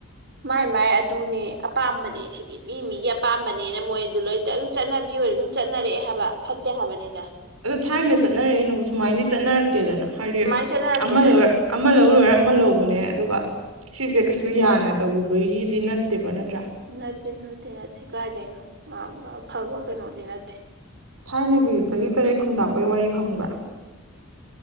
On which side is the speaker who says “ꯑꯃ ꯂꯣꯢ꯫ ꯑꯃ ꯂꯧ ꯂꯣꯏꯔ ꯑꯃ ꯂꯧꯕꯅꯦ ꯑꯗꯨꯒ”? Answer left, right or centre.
Right